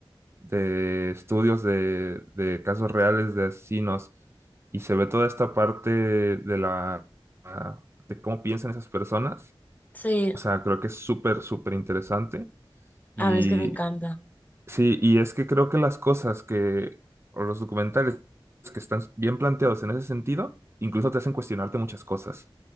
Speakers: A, on the right (about 30°); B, on the left (about 15°).
A: de estudios de, de casos reales de asesinos y se ve toda esta parte de la, de cómo piensan esas personas,
B: Sí,
A: o sea, creo que es súper, súper interesante. Y
B: a mí es que me encanta.
A: Sí, y es que creo que las cosas que, o los documentales que están bien planteados en ese sentido, incluso te hacen cuestionarte muchas cosas.